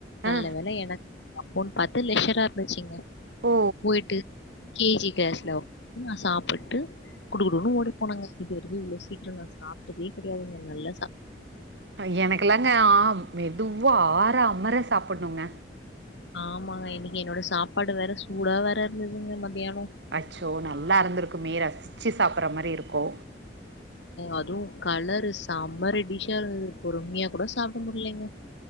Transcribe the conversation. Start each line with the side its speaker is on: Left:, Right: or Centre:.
Left: நல்ல
Right: ஆ
Left: வேல எனக் அப்போன் பாத்து லெஷரா இருந்துச்சுங்க
Right: ஓ
Left: போயிட்டு கே ஜி கிளாஸ்ல நா சாப்புட்டு குடு குடு குடுன்னு ஓடி போனங்க இது வரைக்கு இவ்ளோ சீக்ரம் நான் சாப் ட்டதே கெடையாதுங்க நல்லா சாப்
Right: ட்ட எனக்குலாங்க ஆம் மெதுவா ஆற அமர சாப்பட்ணுங்க
Left: ஆமாங்க இன்னிக்கு என்னோட சாப்பாடு வேற சூடா வேற இருந்ததுங்க மத்தியானோ
Right: அச்சோ நல்லாருந்துருக்குமே ரசிச்சு சாப்பிட்ற மாரி இருக்கோ
Left: அதுவும் கலரு செம்ம ரெட்டிஷ்ஷா இருந்துது பொறுமையா கூட சாப்ட இல்லைங்க